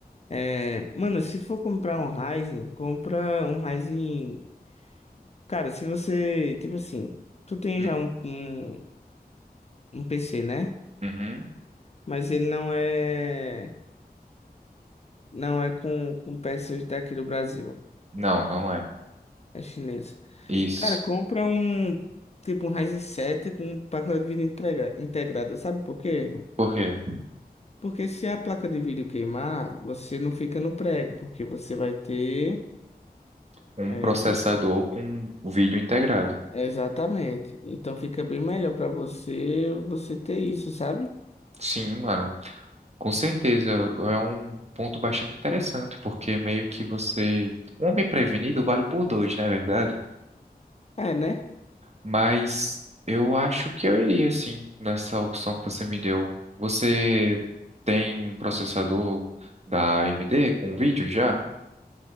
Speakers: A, on the left; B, on the right.
A: É, mano, se for comprar um Ryzen, compra um Ryzen. Cara, se você, tipo assim, tu tem
B: Hum.
A: já um, um, um PC, né?
B: uhum.
A: Mas ele não é, não é com, com peças daqui do Brasil.
B: Não, não é.
A: É chinesa.
B: Isso.
A: Cara, compra um. Tipo um Ryzen 7 com placa de vídeo entrega- integrada. Sabe por quê?
B: Por quê?
A: Porque se a placa de vídeo queimar, você não fica no prego, porque você vai ter.
B: Um
A: é,
B: processador com o vídeo integrado.
A: exatamente. Então fica bem melhor pra você você ter isso, sabe?
B: Sim, mano. Com certeza. É um ponto bastante interessante, porque meio que você. Um homem prevenido vale por dois, não é verdade?
A: É, né?
B: Mas eu acho que eu iria, sim, nessa opção que você me deu. Você tem um processador da AMD com vídeo já?